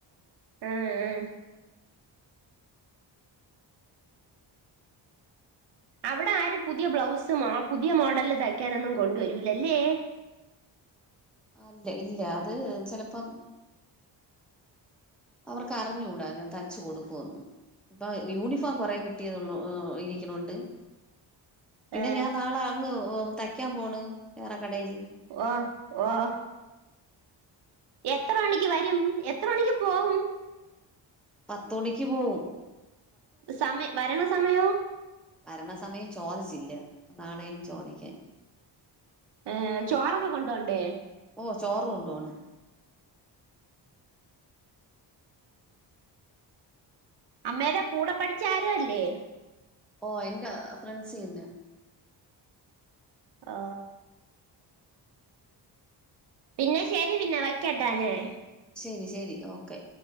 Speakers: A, on the right; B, in the centre.
A: ഏ ഏ അവിടെ ആരും പുതിയ ബ്ലൗസ് മാ പുതിയ മോഡലില് തയ്ക്കാനൊന്നും കൊണ്ടുവരൂലല്ലേ.
B: അല്ല ഇല്ല അത് ചെലപ്പം അവർക്ക് അറിഞ്ഞുകൂടാ ഞാൻ തച്ച് കൊടുക്കൂന്ന്, ഇപ്പ യൂണിഫോം കൊറെ കിട്ടിയത്ള്ളൂ ഇരിക്കണോണ്ട് പിന്നെ
A: ഏഹ്
B: ഞാൻ നാള അങ്ങ് ഓ തക്കാൻ പോണ് വേറെ കടേല്.
A: ഓ ഓഹ് എത്ര മണിക്ക് വരും, എത്ര മണിക്ക് പോവും.
B: പത്ത് മണിക്ക് പോകും.
A: സമേ വരണ സമയോ?
B: വരണ സമയം ചോദിച്ചില്ല, നാളെയനും ചോദിക്കാൻ.
A: ഏ ചോറൊക്കെ കൊണ്ടോണ്ടേ?
B: ഓ ചോറ് കൊണ്ടോണം.
A: അമ്മേടെ കൂടെ പഠിച്ചരോല്ലേ.
B: ഓ എന്റെ ഫ്രണ്ട്സ് തന്നെ.
A: ആ പിന്നെ ശരി പിന്നെ വയ്ക്കട്ട ഞാൻ.
B: ശരി ശരി ഓക്കെ.